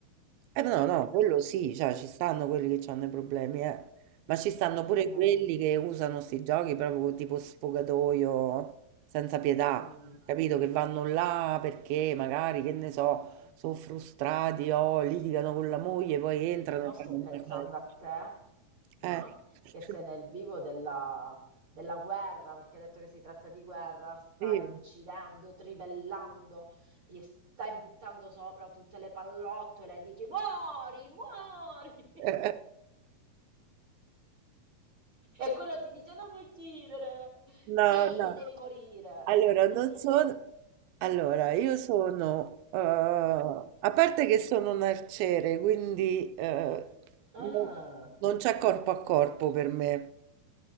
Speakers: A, on the right; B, on the right.
A: Eh, no, no,
B: la-
A: quello sì, cioè, ci stanno quelli che hanno i problemi, eh. Ma ci stanno
B: Eh
A: pure
B: beh.
A: quelli che usano sti giochi proprio tipo sfogatoio, senza pietà,
B: mm.
A: capito? Che vanno là perché magari, che ne so, sono frustrati o litigano con la moglie, poi entrano
B: Mo
A: e fanno
B: sto
A: un
B: pensando
A: macello.
B: a te, no?
A: Eh, <laughs>
B: Che sei nel vivo della, della guerra, perché hai detto che si tratta di guerra, stai
A: sì.
B: uccidendo, trivellando, gli stai buttando sopra tutte le pallottole e dici muori, muori!
A: No,
B: <laughs> E quello ti dice non mi uccidere!
A: no.
B: Sì, devi morire!
A: Allora,
B: <laughs>
A: non sono... Allora, io sono... eh, a parte che sono un arciere, quindi eh,
B: Ah,
A: no- non c'è corpo a corpo per me.